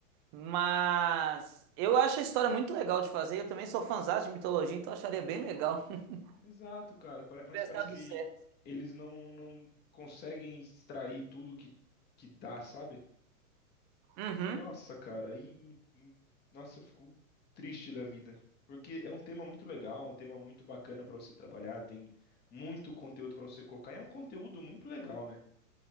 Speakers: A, on the right; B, on the left.
A: Mas eu acho a história muito legal de fazer. Eu também sou fãzão de mitologia, então eu acharia bem legal. <laughs>
B: Exato, cara. pare- Mas
A: Se tivesse
B: parece
A: dado
B: que
A: certo.
B: eles não, não conseguem extrair tudo que, que dá, sabe?
A: Uhum,
B: Nossa, cara, aí. me- me- Nossa, eu fico triste da vida. Porque é um tema muito legal, um tema muito bacana pra você trabalhar, tem muito conteúdo pra você colocar. É um conteúdo muito legal, né?